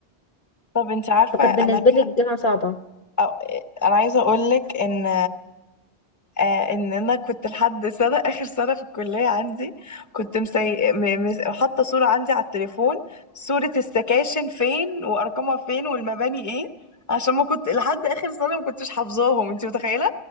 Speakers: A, on the left; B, on the left.
A: طب انت عارفة
B: فكانت
A: انا
B: بالنسبة
A: ك...
B: لي الجامعة صعبة
A: أو... آه، انا عايزة اقولك ان آه ان انا كنت لحد سنه <laughs> اخر سنه في الكليه عندي كنت مسي... م... مس... حاطه صوره عندي على التليفون صوره السكاشن فين وارقامها فين والمباني ايه عشان ما كنت لحد اخر سنه ما كنتش حافظاهم انت متخيله